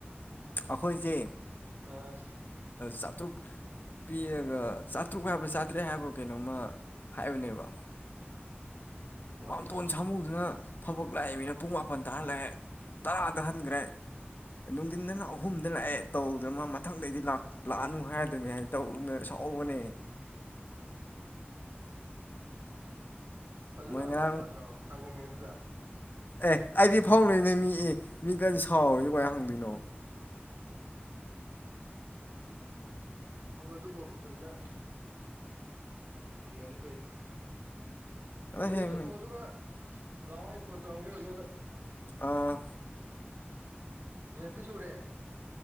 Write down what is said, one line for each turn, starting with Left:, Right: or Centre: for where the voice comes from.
Left: ꯑꯩꯈꯣꯏꯁꯦ
Right: ꯑꯥ
Left: ꯆꯥꯇ꯭ꯔꯨꯛ ꯄꯤꯔꯒ ꯆꯥꯇ꯭ꯔꯨꯛ ꯍꯥꯏꯕ ꯆꯥꯇ꯭ꯔꯦꯠ ꯍꯥꯏꯕ ꯀꯩꯅꯣꯝꯃ ꯍꯥꯏꯕꯅꯦꯕ
Right: ꯋꯥꯏꯅ
Left: ꯃꯥꯝꯇꯣꯟ ꯁꯥꯃꯨꯗꯨꯅ ꯊꯕꯛ ꯂꯥꯛꯏꯃꯤꯅ ꯄꯨꯡ ꯃꯥꯄꯟ ꯇꯥꯍꯜꯂꯛꯑꯦ ꯇꯔꯥꯗ ꯍꯟꯈ꯭ꯔꯦ ꯅꯨꯡꯊꯤꯟꯗꯅ ꯑꯍꯨꯝꯗ ꯂꯥꯛꯑꯦ ꯇꯧꯗꯅ ꯃꯥ ꯃꯊꯪꯗꯩꯗꯤ ꯂꯥꯛꯑꯅꯨ ꯍꯥꯏꯔꯗꯅꯦ ꯍꯥꯏ ꯇꯧ ꯂꯧꯕꯅꯦ
Right: ꯐꯖꯅ
Left: ꯃꯣꯏ
Right: ꯍꯪꯉꯧ
Left: ꯉꯔꯥꯡ
Right: ꯌꯥꯗ꯭ꯔꯣ ꯍꯪꯉꯤꯉꯤꯗꯨꯗ
Left: ꯑꯦ ꯑꯩꯗꯤ ꯐꯥꯎꯅꯩꯅꯦꯣꯏ ꯃꯤꯑ ꯃꯤ ꯀ ꯁꯥꯎꯔ ꯀꯥꯏ ꯍꯪꯗꯣꯏꯅꯣ
Right: ꯍꯕ ꯑꯗꯨꯨ ꯣꯕ ꯐꯖꯅ ꯑꯪꯗꯤ ꯄꯥꯏꯅ
Left: ꯑꯗ
Right: ꯣꯏꯁꯠ
Left: ꯍꯌꯦꯡ
Right: ꯍ ꯑꯗꯨꯨ ꯀ ꯂꯋꯥꯏꯄꯟ ꯇ꯭ꯔꯒꯦꯗ
Left: ꯑꯥ
Right: ꯗꯤ ꯁꯨꯔꯦ